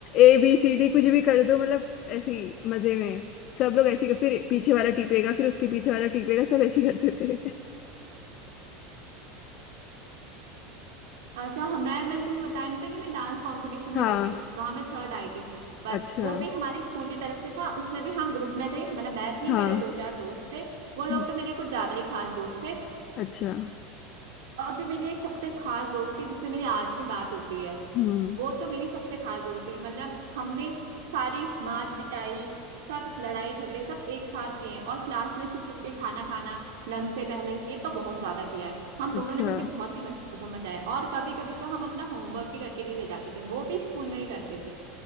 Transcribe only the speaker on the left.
ए बी सी डी कुछ भी कर दो मतलब ऐसी मजे में सब लोग ऐसी फिर पीछे वाला टीपेगा फिर उसके पीछे वाला टीपेगा सब ऐसे ही करते थे
हाँ
अच्छा
हाँ
हम्म,
अच्छा
हम्म
अच्छा